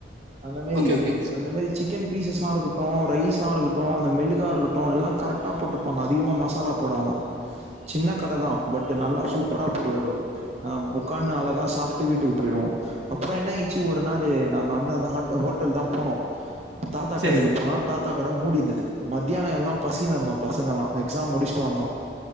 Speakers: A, on the right (about 35°); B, on the right (about 80°).
A: அந்த மேரி
B: ஓகே ஓகே
A: அந்த மேரி சிக்கன் பீசஸாஇருகட்டு ரைஸாருக்கட்டு அந்த மெழுகு இருக்கட்டு எல்லா கரெட்டா போட்டுருப்பாங்க அதிகமா மசாலா போடாம சின்னகட தா பட்டு நல்லா சூப்பரா போடுவரு அவ்ரு அ உட்கான்னு அல சாப்ட்டு வீட்டுக்கு போய்டுவோ அப்புற என்ன ஆயிச்சு ஒரு நாளு நாங்க வந்து அந்த ஹாட் ஹோட்டல் தான் போனோ தாத்தா
B: சரி
A: கடிக்கு போனா தாத் தாதா கட மூடிந்துது மத்தியான எல்லா பசில இருந்தோ பசங்கல்லா எக்ஸாம் முடிஸ்ட்டு வந்தோ